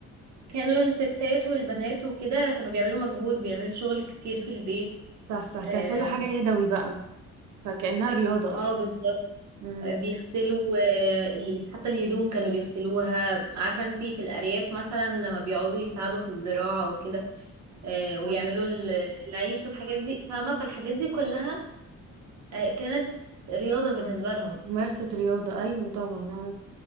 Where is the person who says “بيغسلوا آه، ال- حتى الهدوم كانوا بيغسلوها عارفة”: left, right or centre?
Right